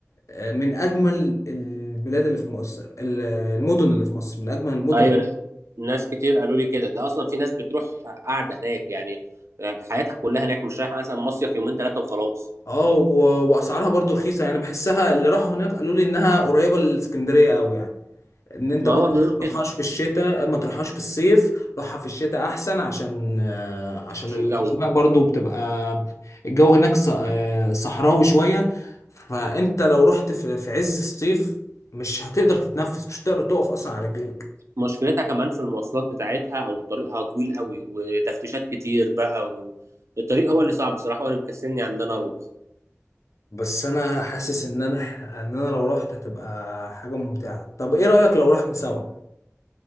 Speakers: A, on the left (about 75°); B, on the right (about 65°).
A: آه، من اجمل البلاد اللي في مصر ال- المدن اللي في مصر من اجمل المدن
B: ايوه ن- ناس كتير قالوا لي كده ده اصلا في ناس بتروح قاعده هناك يعني آه، حياتها كلها هناك مش رايحه مثلا مصيف يومين ثلاثه وخلاص
A: اه و... واسعارها برضو رخيصه يعني بحسها اللي راحوا هناك قالوا لي انها قريبه للاسكندريه قوي يعني ان انت
B: ما
A: برضو
B: هو بيقولوا
A: ما
B: كده
A: تروحهاش في الشتاء ما تروحهاش في الصيف روحها في الشتاء احسن عشان آه، عشان
B: عشان
A: الاجواء
B: الجو
A: برضو بتبقى الجو هناك ص- آه، صحراوي شوية فانت لو رحت في في عز الصيف مش هتقدر تتنفس مش هتقدر تقف اصلا على رجليك
B: مشكلتها كمان في المواصلات بتاعتها او طريقها طويل قوي وتفتيشات كتير بقى والطريق هو اللي صعب بصراحه وانا مكسلني عن ان انا اروح
A: بس انا حاسس ان انا ان انا لو رحت هتبقى حاجة ممتعة طب ايه رأيك لو رحنا سوا